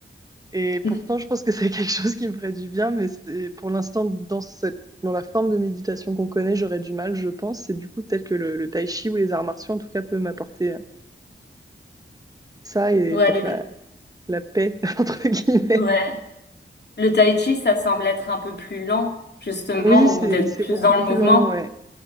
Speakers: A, on the right; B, on the left.
A: Et pourtant,
B: oui.
A: je pense que c'est <laughs> quelque chose qui me ferait du bien, mais c'est- pour l'instant, dans cette, dans la forme de méditation qu'on connaît, j'aurais du mal, je pense. Et du coup, peut-être que le, le tai chi ou les arts martiaux, en tout cas, peut m'apporter euh, ça et
B: <laughs> ouais,
A: peut-être
B: le,
A: la, la paix, <laughs> entre guillemets.
B: ouais. Le tai chi, ça semble être un peu plus lent, justement,
A: Oui, c'est,
B: ou d'être
A: c'est
B: plus
A: beaucoup
B: dans
A: plus
B: le mouvement.
A: lent, ouais,